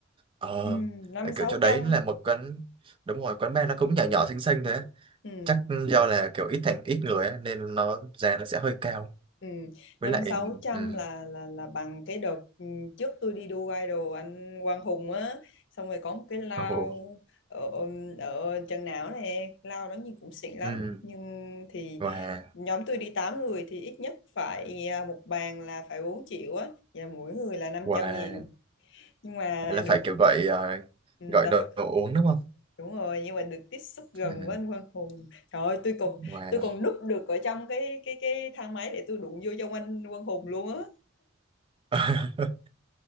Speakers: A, on the right; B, on the left.
A: Ờ,
B: ừ, năm
A: tại
B: sáu
A: kiểu chỗ đấy
B: trăm
A: là một quán đúng rồi quán bar nó cũng nhỏ nhỏ xinh xinh thế
B: ừ
A: chắc do là kiểu ít thành ít người á, nên nó giá nó sẽ hơi cao
B: Ừ,
A: với
B: năm
A: lại
B: sáu trăm
A: ừ,
B: là là là bằng cái đợt ừ, trước tôi đi đua idol anh Quang Hùng á xong rồi có một cái lao
A: ồ,
B: ở, ở Trần Não nè lao đó nhìn cũng xịn lắm
A: ừ,
B: nhưng thì
A: và
B: nhóm tôi đi 8 người thì ít nhất phải à, một bàn là phải 4 triệu á vậy là mỗi người là 500
A: và
B: nghìn nhưng mà
A: là phải
B: được
A: kiểu gọi ờ,
B: ừ,
A: gọi
B: là
A: đồ,
B: phải
A: đồ uống đúng không
B: đúng rồi nhưng mà được tiếp xúc gần
A: ừ,
B: với anh Quang Hùng trời ơi tôi còn
A: và
B: tôi còn núp được ở trong cái cái cái thang máy để tôi đụng vô trong anh Quang Hùng luôn á
A: <laughs>